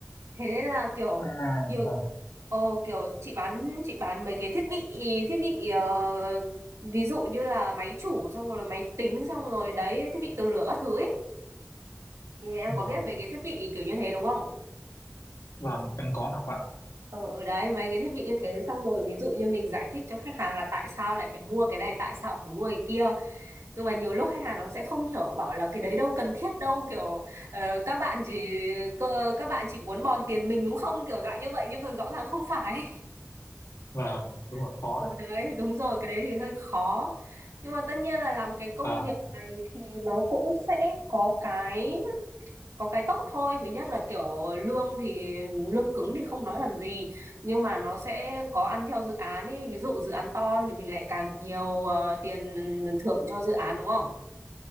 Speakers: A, on the right (about 75°); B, on the left (about 80°).
A: thế nên là kiểu
B: à
A: nhiều
B: vâng
A: ờ, kiểu chị bán chị bán mấy cái thiết bị thiết bị ờ, ví dụ như là máy chủ xong rồi máy tính xong rồi đấy thiết bị tường lửa các thứ ấy thì em
B: vâng
A: có biết mấy cái thiết bị kiểu như thế đúng không
B: vâng em có học ạ
A: Ờ ở đấy mấy cái thiết bị như thế xong rồi ví dụ như mình giải thích cho khách hàng là tại sao lại phải mua cái này tại sao phải mua cái kia nhưng mà nhiều lúc khách hàng nó sẽ không hiểu bảo là cái đấy đâu cần thiết đâu kiểu ờ, các bạn chỉ cơ, các bạn chỉ muốn bòn tiền mình đúng không kiểu dạng như vậy nhưng mà rõ ràng không phải
B: vâng đúng rồi
A: <laughs>
B: khó
A: ừ,
B: ạ.
A: đấy đúng rồi cái đấy thì hơi khó nhưng mà tất nhiên là làm cái công
B: vâng
A: việc này thì nó cũng sẽ có cái có cái tốt thôi thứ nhất là kiểu lương thì lương cứng thì không nói làm gì nhưng mà nó sẽ có ăn theo dự án ấy ví dụ dự án to thì mình lại càng được nhiều ờ, tiền thưởng cho dự án đúng không